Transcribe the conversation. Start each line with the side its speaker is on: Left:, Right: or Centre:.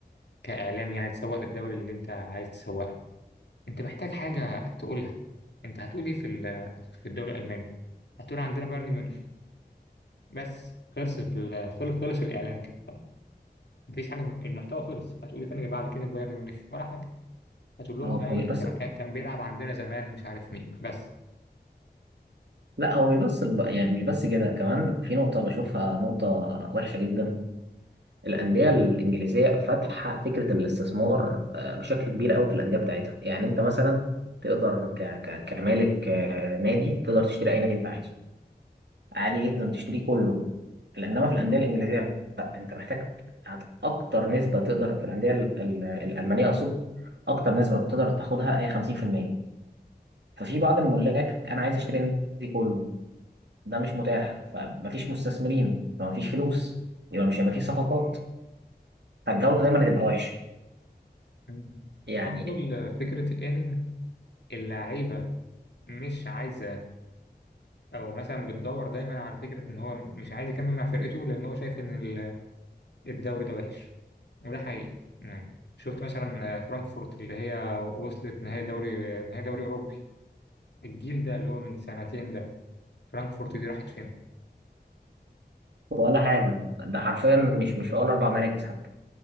Left: كإعلام يعني تسوق للدوري اللي انت عايز تسوق له انت محتاج حاجة تقولها انت هتقول ايه في ال- في الدوري الألماني هتقول عندنا بايرن ميونخ بس خلصت ال- خل- خلص الإعلان كده مفيش حاجه المحتوى خلص هتقول إيه تاني غير بعد كلمه بايرن ميونخ ولا حاجه هتقول لهم
Right: هو
Left: بقى
Right: هو
Left: ايه
Right: مش بس
Left: كان كان كان بيلعب عندنا زمان مش عارف مين بس
Right: لا هو مش بس الب- يعني مش بس كده كمان في نقطة بشوفها نقطة وحشة جدا الأندية الإنجليزية فاتحة فكرة الاستثمار آه، بشكل كبير قوي في الأندية بتاعتها يعني أنت مثلا تقدر ك... ك... كمالك آه، نادي تقدر تشتري أي نادي أنت عايزه عادي جدا تشتريه كله إنما في الأندية الإنجليزية لا أنت محتاج هت- أكتر نسبة تقدر في الأندية ال- ال- الألمانية أقصد أكتر نسبة تقدر تاخدها هي 50% ففي بعض الملاك انا عايز اشتري النادي كله ده مش متاح فمفيش مستثمرين فمفيش فلوس يبقى مش هيبقى فيه صفقات فالجوده دايما هتبقى وحشه
Left: مم.
Right: يعني
Left: برضه فكره ان اللعيبه مش عايزه او مثلا بتدور دايما على فكره ان هو مش عايز يكمل مع فرقته لان هو شايف ان ال- الدوري ده وحش وده حقيقي يعني شفت مثلا فرانكفورت اللي هي وصلت نهائي دوري نهائي دوري اوروبي الجيل ده اللي هو من سنتين ده فرانكفورت دي راحت فين
Right: ولا حاجه ده حرفيا مش مش في اول اربع مراكز حتى